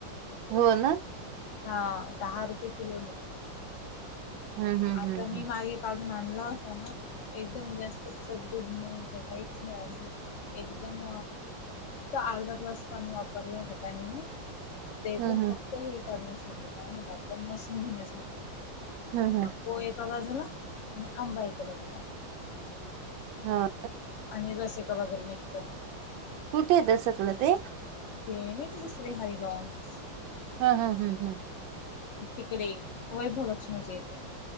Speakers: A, on the right; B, on the left.
A: हो ना.
B: हा दहा रुपये किलो ने.
A: हम्म हम्म
B: आता
A: हम्म
B: मी
A: हम्म.
B: मागे काढ आणला होता ना. एकदम जास्त चपडुब नाहीं. काहीच नाही असं एकदम अर्धा ग्लास पाणी वापरलं होत त्यांनी. ते पण
A: हम्म हम्म
B: फक्त हे करण्यासाठी. काय म्हणत आपलं मशीन धुण्यासाठी.
A: हम्म हम्म
B: कोय एका बाजूला. आणि आंबा एका बाजूला.
A: हा.
B: आणि रस एका बाजूून निघतो.
A: कुठे येत सकलं ते?
B: ते मीत श्री हर लॉनस.
A: हा, हम, हम् हम.
B: तिकडे वैभवलक्ष्मीच्या इथे.